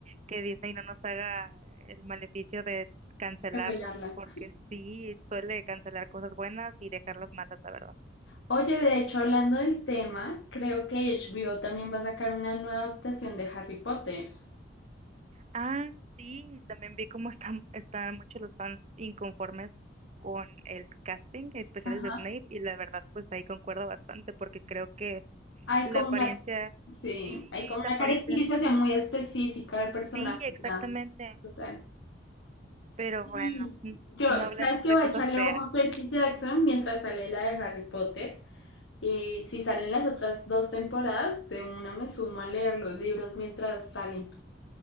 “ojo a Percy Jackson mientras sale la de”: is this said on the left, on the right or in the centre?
Left